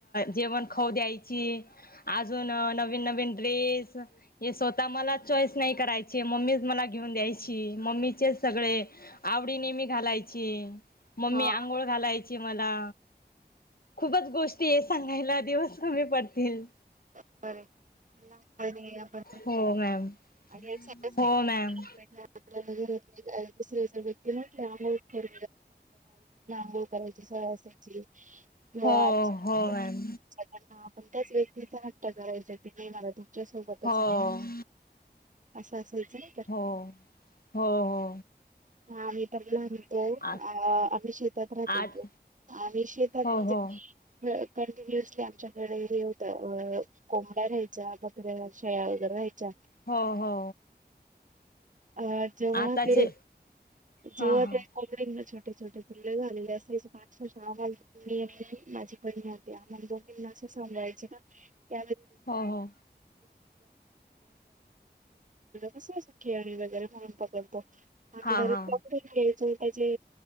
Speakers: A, on the left; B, on the right.
A: जेवण खाऊ द्यायची. अजून नवीन नवीन ड्रेस हे स्वतः मला चॉईस नाही करायची मम्मीज मला घेऊन द्यायची मम्मीचे सगळे आवडीनेे मी घालायची. मम्मी
B: हा
A: अंघोळ घालायची मला, खूपच गोष्टी सांगायला दिवस कमी पडतील.
B: <unintelligible>
A: हो मॅम,
B: आणि सहसा
A: हो मॅम
B: आपल्याला घरातल्या दुसऱ्या व्यक्ती म्हटल्या करून <unintelligible> करायची सवय असायची <unintelligible>
A: हो हो मॅम
B: आपण त्याच व तिचा हट्ट करायचा कि नाही मला तुमच्या सोबतच
A: हो
B: आहे असं असायचं णा?
A: हो हो हो,
B: हां मी तर येणार ना. तो
A: आ
B: आम्ही शेतात राहत
A: आज
B: होतो. आम्ही शेतात
A: हो
B: म्हणजे
A: हो
B: कंटिन्युअसली आमच्या कडे हे होतं कोंबड्या राहायच्या, बकऱ्या, शेळ्या वगैरे राहायच्या.
A: हो हो
B: आ जेव्हा
A: आताचे
B: ते जेव्हा
A: हा हा
B: ते कोंबड्याना छोटे छोटे पिल्लं झालेले असायचे ना अक्षरशः आम्हाला मी आणि माझी बहीण अन त्या आम्हाला दोघींना असं सांभाळायचे ना <unintelligible>
A: हो हो
B: असं खेळणी वगैरे म्हणून पकडतो आम्ही
A: हा
B: डायरेक्ट
A: हा
B: क घ्यायचो त्याचे